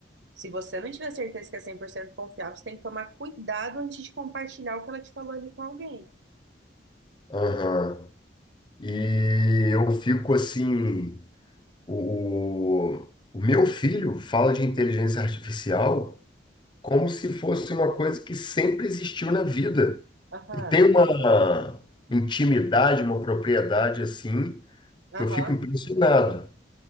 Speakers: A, on the right; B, on the left.
A: se você não tiver certeza que é 100% confiável, você tem que tomar cuidado antes de compartilhar o que ela te falou ali com alguém.
B: Uhum. E eu fico assim, o, o o meu filho fala de inteligência artificial. como se fosse uma coisa que sempre existiu na vida.
A: Aham,
B: E tem uma intimidade, uma propriedade assim,
A: aham.
B: que eu fico impressionado,